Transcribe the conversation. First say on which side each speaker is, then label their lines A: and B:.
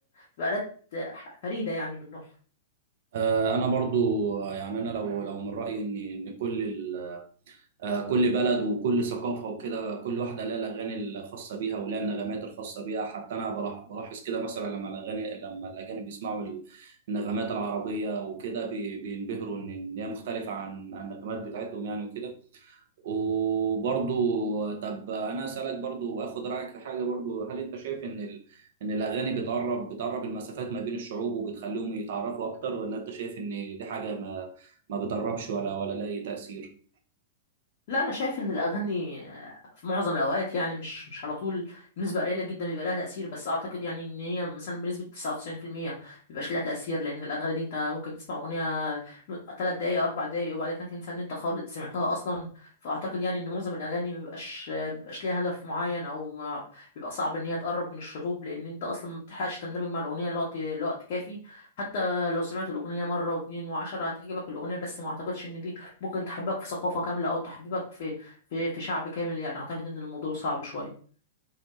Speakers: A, on the left; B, on the right.
A: بتبقى الات فريده يعني من نوعها
B: آه، انا برضو آه، يعني انا لو لو من رايي ان ان كل ال... آه، كل بلد وكل ثقافة وكده كل واحدة لها الأغاني الخاصة بيها ولها النغمات الخاصة بيها حتى أنا بلاح- بلاحظ كده مثلا لما الأغاني لما الأجانب بيسمعوا ال- النغمات العربية وكده بي- بينبهروا إن إن هي مختلفة عن عن النغمات بتاعتهم يعني وكده وبرضو طب أنا أسألك برضو وآخد رأيك في حاجة برضو هل أنت شايف إن ال... إن الأغاني بتقرب بتقرب المسافات ما بين الشعوب وبتخليهم يتعرفوا أكتر ولا أنت شايف إن دي حاجة ما ما بتقربش ولا ولا لها أي تأثير؟
A: لا انا شايف ان الاغاني آه، في معظم الاوقات يعني مش مش على طول بنسبه قليله جدا بيبقى لها تاثير بس اعتقد يعني ان هي مثلا بنسبه 99% ما بيبقاش لها تاثير لان الاغاني دي انت ممكن تسمع اغنيه 3 دقائق 4 دقائق وبعد كده تنسى ان انت خالص سمعتها اصلا فاعتقد يعني ان معظم الاغاني ما بيبقاش آه، بيبقاش ليها هدف معين او ما بيبقى صعب ان هي تقرب من الشعوب لان انت اصلا ما بتلحقش تندمج مع الاغنيه لوقت لوقت كافي حتى لو سمعت الاغنيه مره واتنين وعشرة هتعجبك الاغنيه بس ما اعتقدش ان دي ممكن تحببك في ثقافة كاملة أو تحببك في في في شعب كامل يعني أعتقد إن الموضوع صعب شوية